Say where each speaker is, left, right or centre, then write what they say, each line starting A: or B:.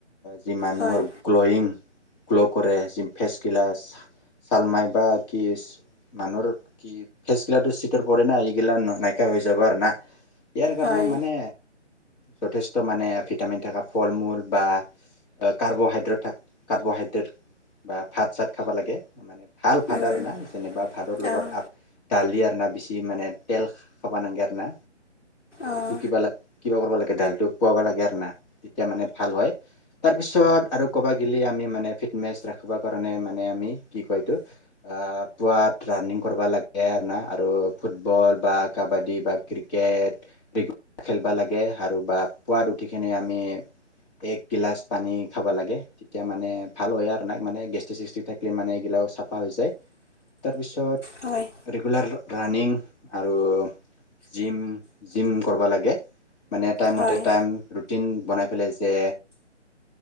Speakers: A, on the left; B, on the left.
A: যি মানুহৰ
B: হয়
A: গ্লয়িং গ্ল' কৰে যি ফেচ ক্িলাছ ছালমাইবা কি মানুহৰ কি ফেচ গিলাো চিকৰ পৰে না এইগিলা নাইকিয়া হৈ যাব আৰু না ইয়াৰ কাৰণে
B: হয়
A: মানে যথেষ্ট মানে ভিটামিন থকা ফল মূল বা কাৰ্বহাইড্ৰেট থাক কাৰ্বহাইড্ৰেট বা ফাট চাত খাব লাগে মানে হাল ভাত
B: উম
A: আৰু না যেনিবা ভাদৰ
B: অঁ
A: লগত আ দালি আৰু বেছি মানে তেল খাবা নাগে আৰু না
B: অঁ
A: ইটো কিবা ল কিবা কৰিব লাগে কেডালটো পোৱাব লাগে আৰু না তেতিয়া মানে ভাল হয় তাৰপিছত আৰু ক'ৰবাত গিলি আমি মানে ফিটনেছ ৰাখিবৰ কাৰণে মানে আমি কি কয় এইটোক, আ পুৱাত ৰানিং ক'ৰবা লাগে না আৰু ফুটবল ফুটবল বা কাবাডী বা ক্ৰিকেট খেলবা লাগে আৰু বা পোৱাত উঠি কিনে আমি এক গিলাচ পানী খাব লাগে, তেতিয়া মানে ভাল হয় আৰু ন মানে গেষ্টিক- চেষ্টিক থাকিলে মানে এইগিলাওঁ চাফা হৈ যায়। তাৰ পিছত তাৰপিছত
B: হয়
A: ৰেগুলাৰ ৰাণিং আৰু জিম। জিম কৰিবা লাগে। মানে টাইমতে
B: হয়
A: টাইম ৰুটিন বনাই পেলাই যে